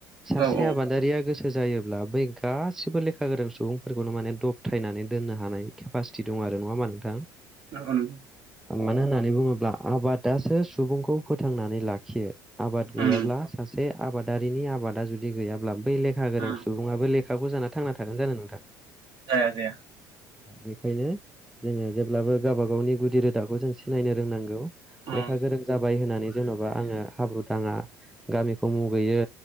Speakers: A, in the centre; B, on the right.
A: सासे
B: औ औ
A: आबादारिया गोसो जायोब्ला बै गासिबो लेखा गोरों सुबुंफोरखौनो माने दबथायनानै दोननो हानाय केपासिटि दं आरो नङा होमबा नोंथां
B: नंगौ नोंन
A: मानो होननानै बुङोब्ला आबादासो सुबुंखौ फोथांनानै लाखियो आबाद गैयाब्ला
B: उम
A: सासे आबादारिनि आबादा जुदि गैयाब्ला बै लेखा गोरों
B: उम
A: सुबुङाबो लेखाखौ जाना थांना थागोन जानो नोंथां?
B: जाया जाया
A: बेखायनो जोङो जेब्लाबो गावबा गावनि गुदि रोदाखौ जों सिनायनो रोंनांगौ
B: उम
A: लेखा गोरों जाबाय होननानै जेनेबा आङो हाब्रु दाङा गामिखौ मुगैयो